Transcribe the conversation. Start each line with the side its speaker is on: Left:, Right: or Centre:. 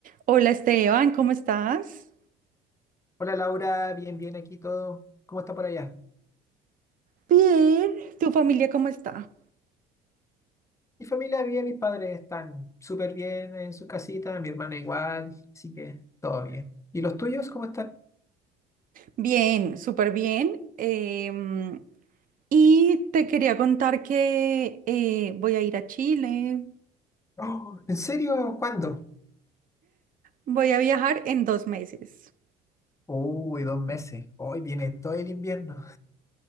Right: Hola Esteban, ¿cómo estás?
Left: Hola Laura, bien, bien aquí todo. ¿Cómo está por allá?
Right: Bien, ¿Tu familia cómo está?
Left: Mi familia bien, mis padres están súper bien en sus casitas, mi hermana igual, así que todo bien. ¿Y los tuyos cómo están?
Right: Bien, súper bien. Em, y te quería contar que eh, voy a ir a Chile,
Left: Oh, ¿en serio? ¿Cuándo?
Right: voy a viajar en dos meses.
Left: Uy, dos meses. Hoy viene todo el invierno.